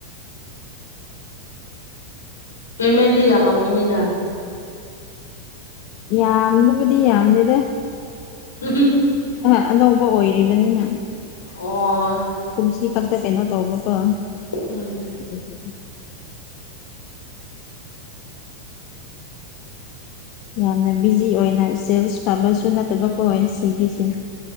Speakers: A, on the left; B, on the left.
A: ꯄꯦꯃꯦꯟꯗꯤ ꯌꯥꯝꯃꯝꯒꯅꯤꯅ
B: ꯌꯥꯝꯕꯕꯨꯗꯤ ꯌꯥꯝꯗꯦꯗ
A: ꯎ
B: ꯑ ꯑꯅꯧꯕ ꯑꯣꯏꯔꯤꯕꯅꯤꯅ
A: ꯑꯣ
B: ꯀꯨꯝꯁꯤ ꯈꯛꯇ ꯀꯩꯅꯣ ꯇꯧꯕꯀꯣ
A: ꯎꯝ
B: ꯎꯝ ꯎꯝ ꯌꯥꯝꯅ ꯕꯤꯖꯤ ꯑꯣꯏꯅ ꯁꯦꯜꯁ ꯐꯕꯁꯨ ꯅꯠꯇꯕ ꯀ ꯑꯣꯏ ꯁꯤꯒꯤꯁꯦ